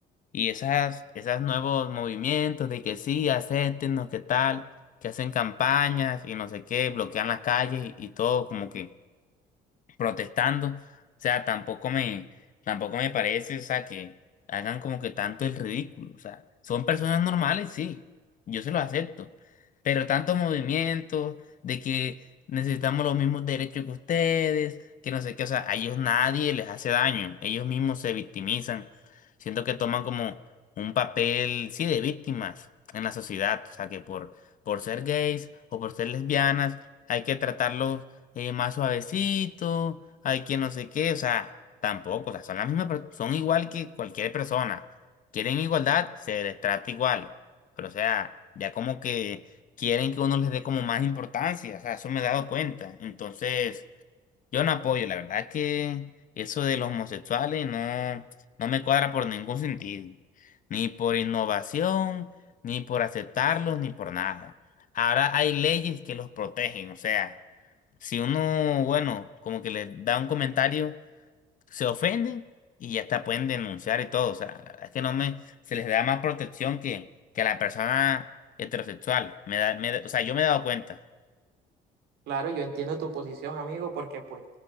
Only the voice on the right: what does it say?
Claro, yo entiendo tu posición, amigo, porque pues